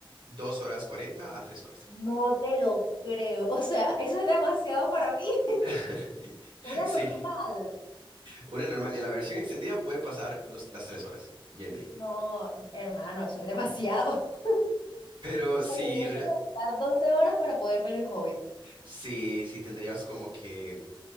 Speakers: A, on the right; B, on the left.
A: dos horas cuarenta a tres horas.
B: No te lo creo. O sea, eso es demasiado para mí. <laughs>
A: <laughs>
B: Una
A: Sí,
B: normal.
A: una normal y la versión extendida puede pasar los, las tres horas. Bien, bien.
B: No, hermano, eso es demasiado. <laughs>
A: Pero si,
B: Porque tienes
A: rea-
B: que dedicar 12 horas para poder ver El Hobbit.
A: si, si tendrías como que